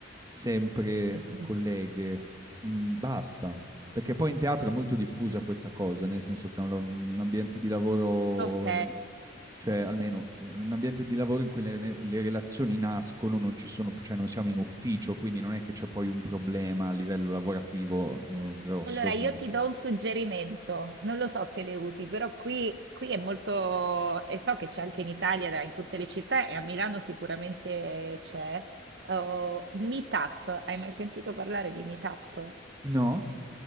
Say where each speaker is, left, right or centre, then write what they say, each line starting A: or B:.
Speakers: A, on the right (about 20°); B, on the right (about 60°).
A: sempre
B: Mhm.
A: eh, colleghe? Mm, basta. Perché poi in teatro è molto diffusa questa cosa, nel senso che è un, lav- un ambiente di lavoro,
B: Ok.
A: in- cioè almeno eh, un ambiente di lavoro in cui le, le- le relazioni nascono, non ci sono, cioè non siamo in ufficio, quindi non è che c'è poi un problema a livello lavorativo, eh, grosso,
B: Allora
A: quindi...
B: io ti do un suggerimento. Non lo so se le usi, però qui, qui è molto, e so che c'è anche in Italia, da- in tutte le città, e a Milano sicuramente c'è. Oh, Meetup. Hai mai sentito parlare di Meetup?
A: No,